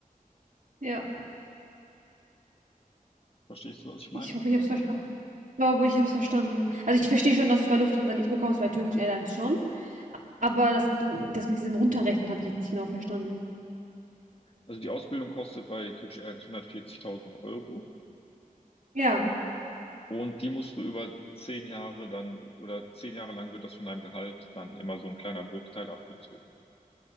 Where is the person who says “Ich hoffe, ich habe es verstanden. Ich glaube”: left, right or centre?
Right